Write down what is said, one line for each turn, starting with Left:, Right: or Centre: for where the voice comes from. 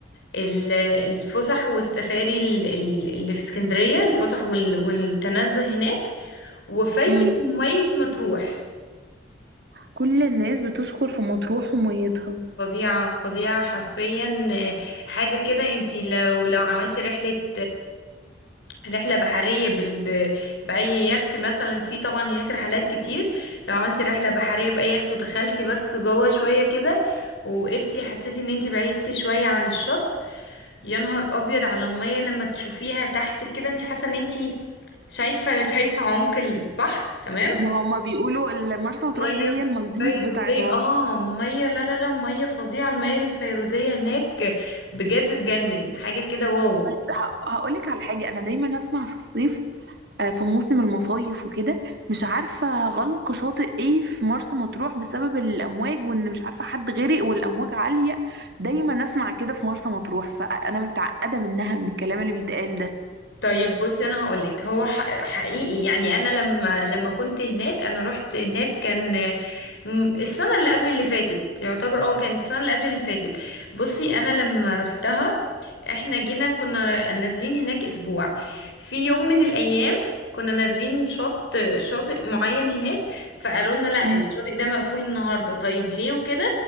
Left: ال- الفسح والسفاري ال- ال- اللي في اسكندريه الفسح وال- والتنزه هناك وفايتك
Right: مم.
Left: ميه مطروح
Right: كل الناس بتشكر في مطروح وميتها
Left: فظيعه فظيعه حرفيا آه، حاجه كده انتي لو لو عملتي رحله رحلة بحرية بال... ب... بأي يخت مثلا في طبعا هناك رحلات كتير لو عملتي رحلة بحرية بأي يخت ودخلتي بس جوه شوية كده ووقفتي حسيتي ان انتي بعيدتي شوية عن الشط يا نهار أبيض على المية لما تشوفيها تحت كده انتي حاسة ان انتي شايفة شايفة عمق البحر تمام
Right: ما هما بيقولوا ال- مرسى مطروح
Left: ميه
Right: دي هي المالديف
Left: فيروزيه
Right: بتاعت مصر
Left: اه مية لا لا لا مية فظيعة المية الفيروزية هناك بجد تجنن حاجة كده واو
Right: ه- هقولك على حاجة أنا دايما أسمع في الصيف آه، في موسم المصايف وكده مش عارفة غلق شاطئ ايه في مرسى مطروح بسبب الأمواج وإن مش عارفة حد غرق والأمواج عالية دايما أسمع كده في مرسى مطروح فأنا متعقدة منها من الكلام اللي بيتقال ده
Left: طيب بصي انا هقولك هو ح- حقيقي يعني انا لما لما كنت هناك انا رحت هناك كان م- السنه اللي قبل اللي فاتت يعتبر اه كانت السنه اللي قبل اللي فاتت بصي انا لما رحتها احنا جينا كنا نازلين هناك اسبوع في يوم من الايام كنا نازلين شط شاطئ معين هناك فقالوا لنا لا
Right: مم.
Left: الشاطئ ده مقفول النهارده طيب ليه وكده